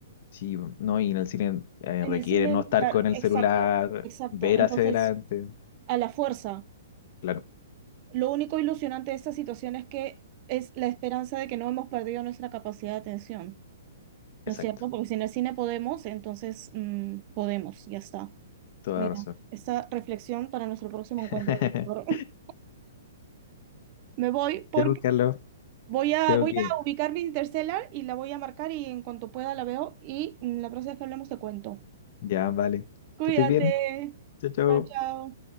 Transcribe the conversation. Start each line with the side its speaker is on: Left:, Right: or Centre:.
Left: Sí, no, y en el cine eh,
Right: En
Left: requiere
Right: el cine,
Left: no estar
Right: claro,
Left: con el
Right: exacto,
Left: celular,
Right: exacto.
Left: ver
Right: Entonces,
Left: hacia adelante.
Right: a la fuerza.
Left: Claro,
Right: Lo único ilusionante de esta situación es que es la esperanza de que no hemos perdido nuestra capacidad de atención. ¿No
Left: exacto.
Right: es cierto? Porque si en el cine podemos, entonces mm, podemos, ya está.
Left: Toda
Right: Mira,
Left: razón.
Right: esta reflexión para nuestro próximo
Left: <laughs>
Right: encuentro, Víctor. <laughs> Me voy porque
Left: Ya, pues, Carlos,
Right: voy a,
Left: tengo
Right: voy
Left: que.
Right: a ubicar mi Interstellar y la voy a marcar y en cuanto pueda la veo y mm, la próxima vez que hablemos te cuento.
Left: Ya, vale.
Right: Cuídate.
Left: Que estés bien. Chao, chao.
Right: Chao, chao.